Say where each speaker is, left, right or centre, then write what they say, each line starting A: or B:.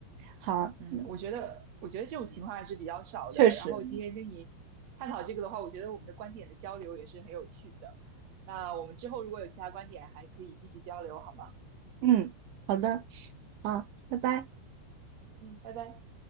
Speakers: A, on the right; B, on the right.
A: 好，
B: 嗯，
A: 嗯，
B: 我觉得，我觉得这种情况还是比较少的。
A: 确实，
B: 然后今天跟你探讨这个的话，我觉得我们的观点的交流也是很有趣的。那我们之后如果有其他观点，还可以继续交流，好吗？
A: 嗯，好的，好，拜拜。
B: 嗯，拜拜。